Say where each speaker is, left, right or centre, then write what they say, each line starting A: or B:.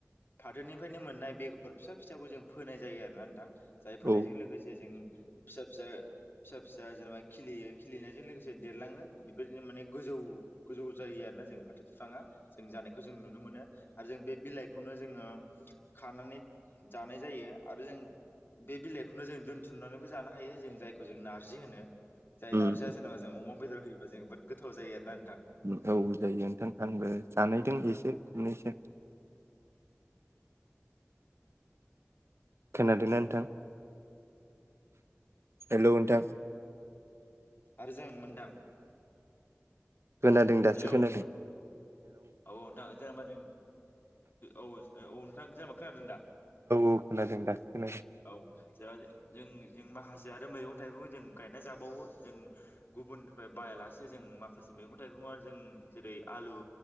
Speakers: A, on the left; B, on the right.
A: फाथोनिफ्रायनो मोननाय बेगर फिसा फिसाखौ जों फोनाय जायो आर ना नोंथां? जायफोरनायजों
B: औ
A: लोगोसे जों फिसा फिसा फिसा फिसा जेनेबा नङाबा खिलियो खिलिनायजों लोगोसे देरलाङो बेबायदिनो माने गोजौ गोजौ जायो आरोना जों फाथो बिफाङा जों जानायखौ जों नुनो मोनो आरो जों बे बिलाइखौनो जोंङो खानानै जानाय जायो। जायो आरो जों बे बिलाइखौनो जों दोनथुमनानैबो जानो हायो जों जायखौ जों नार्जि होनो। जाय
B: उम
A: नारजिया जेनबा ज अमा बेदर होयोबला जों गोथाव जायो आरो ना?
B: गोथाव जायो नोंथां आंबो जानायदों एसे खमनैसो। खोनादोंना नोथां हेलौ नोथां
A: आरो जों मोनदां
B: खोनादों दासो
A: हेलौ
B: खोनादों।
A: औ औ नोंथां जेनेबा जों ओ औ औ नोंथां जेनेबा खोनादों दा?
B: औ खोनादों दासो खोनादों
A: औ जेरै जों माखासे ज आरो मैगं थाइगं जों गायना जाबावो जों गुबुननिफ्राय बायालासे जों माखासे मैगं थाइगं ओ जों जेरै आलु